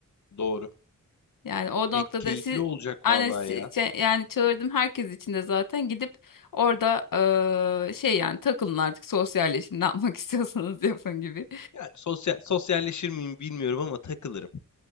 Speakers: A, on the left (about 60°); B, on the left (about 85°).
A: doğru.
B: Yani o noktada
A: E, keyifli
B: siz
A: olacak
B: aynen
A: vallahi
B: si-
A: ya.
B: şey- yani çağırdım herkes için de zaten gidip orada eee, şey yani takılın artık sosyalleşin ne yapmak <laughs> istiyorsanız yapın gibi.
A: Yani sosyal, sosyalleşir miyim bilmiyorum ama takılırım.